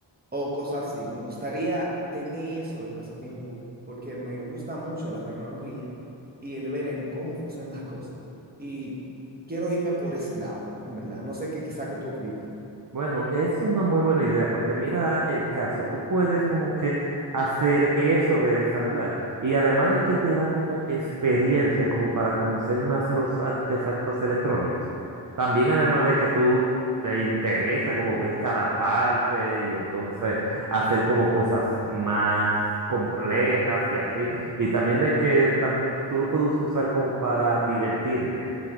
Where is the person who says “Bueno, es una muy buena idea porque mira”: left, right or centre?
Right